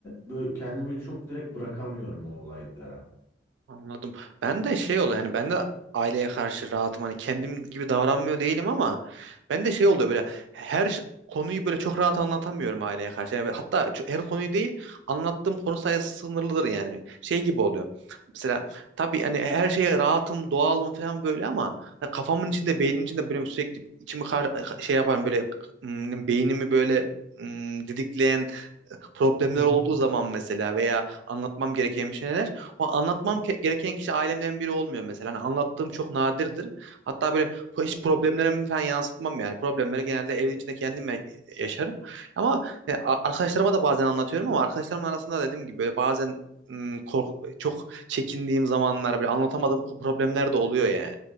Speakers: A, on the left (about 15°); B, on the right (about 75°).
A: böyle kendimi çok direkt bırakamıyorum o olaylara.
B: Anladım. Ben de şey oluyor hani ben de aileye karşı rahatım hani kendim gibi davranmıyor değilim ama ben de şey oluyor böyle her ş- konuyu böyle çok rahat anlatamıyorum aileye karşı. Yani hatta ço- her konuyu değil anlattığım konu sayısı sınırlıdır yani. Şey gibi oluyor. Mesela tabii hani e, her şeye rahatım, doğalım falan böyle ama hani kafamın içinde, beynimin içinde böyle sürekli içimi kar- şey yapan böyle ım, beynimi böyle ım, didikleyen e, problemler
A: Hı hı.
B: olduğu zaman mesela veya anlatmam gereken bir şeyler o anlatmam ke- gereken kişi ailemden biri olmuyor mesela. Hani anlattığım çok nadirdir. Hatta böyle po- hiç problemlerimi falan yansıtmam yani. Problemleri genelde evin içinde kendim ya- yaşarım. Ama e, a- arkadaşlarıma da bazen anlatıyorum ama arkadaşlarımın arasında dediğim gibi böyle bazen mm, kork çok çekindiğim zamanlar böyle anlatamadığım problemler de oluyor yani.